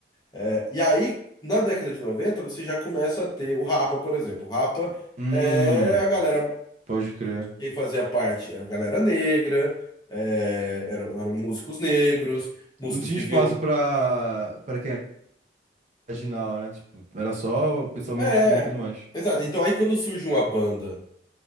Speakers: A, on the left; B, on the right.
A: é, E aí, na década de 90 você já começa a ter o Rapa, por exemplo. O Rapa
B: Hum,
A: é a galera,
B: pode crer.
A: quem fazia parte, a galera negra, é, eram, eram músicos negros, músicos
B: Não tinha
A: que
B: espaço
A: vinham.
B: pra, pra quem era marginal, né? Tipo, era só o pessoal mainstream
A: É,
B: e tudo mais.
A: exato. Então aí quando surge uma banda